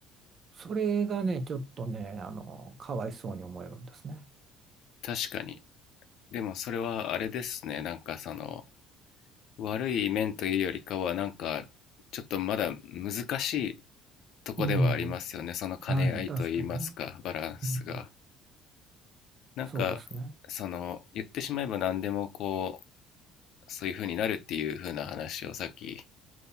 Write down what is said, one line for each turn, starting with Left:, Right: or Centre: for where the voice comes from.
Right: それがね、ちょっとね、あの、かわいそうに思えるんですね。
Left: 確かに。でもそれはあれですね。なんかその、悪い面というよりかは、なんか、ちょっとまだ難しいとこではありますよね。
Right: うん。
Left: その兼ね合いといいますか、
Right: はい、確かにね。
Left: バランスが。
Right: うん、
Left: なんか、
Right: そうですね。
Left: その、言ってしまえば何でもこう、そういう風になるっていう風な話をさっき、